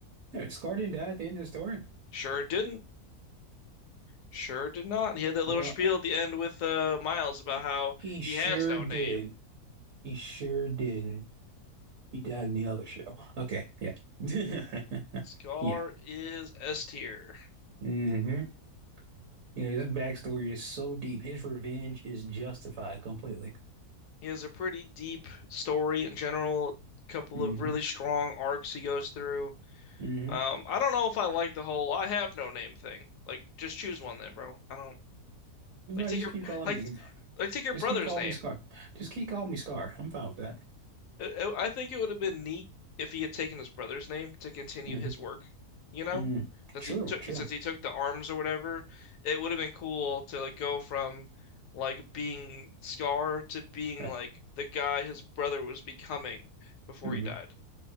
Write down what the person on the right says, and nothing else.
Anyway, Scar didn't die at the end of the story.
You know,
he,
he
sure
did.
He sure didn't. He died in the other show. Okay, yeah. <laughs>
Yeah.
Mm-hmm. You know, his backstory is so deep. His revenge is justified completely.
Mm-hmm.
Mm-hmm.
No,
just
keep calling
me.
Just
keep calling
me Scar. Just keep calling me Scar. I'm fine with that.
Mm-hmm.
Mm.
True,
true.
Yeah.
hmm